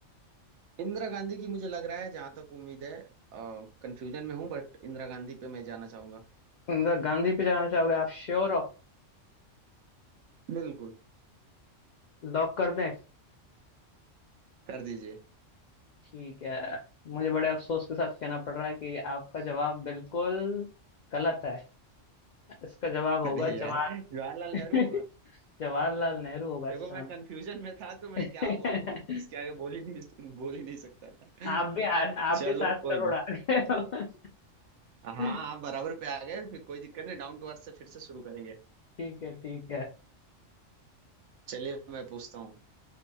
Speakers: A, on the right; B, on the left.
A: इंदिरा गांधी की मुझे लग रहा है जहां तक उम्मीद है कंफ्यूजन में हूँ बट इंदिरा गांधी पे मैं जाना चाहूंगा
B: इंदिरा गांधी पे जाना चाहोगे आप श्योर हो
A: बिल्कुल
B: लॉक कर दें
A: कर दीजिए
B: ठीक है मुझे बड़े अफसोस के साथ कहना पड़ रहा है कि आपका जवाब बिल्कुल गलत है इसका जवाब होगा
A: अरे
B: जवाहर
A: यार जवाहरलाल
B: <laughs>
A: नेहरू होगा
B: जवाहरलाल नेहरू होगा इसका
A: देखो मैं कंफ्यूजन में था तो मैं
B: <laughs>
A: क्या बोलूं अब इसके आगे बोल ही नहीं बोल ही नहीं सकता था
B: आप भी हार आप
A: चलो
B: भी सात
A: कोई
B: करोड़
A: ना
B: हार गए हो
A: हाँ
B: <laughs>
A: आप बराबर पे आ गए फिर कोई दिक्कत नहीं डाउन टू अर्थ से फिर से शुरू करेंगे
B: ठीक है ठीक है
A: चलिए मैं पूछता हूँ